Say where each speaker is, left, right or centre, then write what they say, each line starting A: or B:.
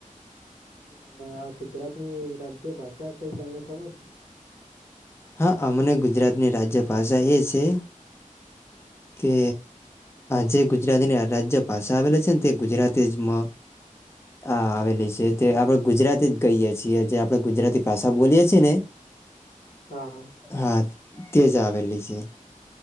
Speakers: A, on the left; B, on the left.
A: આ ગુજરાતની રાજ્ય ભાષા કઈ તમને ખબર
B: હા અમને ગુજરાતની રાજ્યભાષા એ છે કે જે ગુજરાતીની રાજ્ય ભાષા આવેલી છે ને તે ગુજરાતી મ આવેલી છે તે આપણે ગુજરાતી જ કહીએ છીએ જે આપણેે ગુજરાતી ભાષા બોલીએ છીએ ને
A: હા હા
B: હા તેજ આવેલી છે.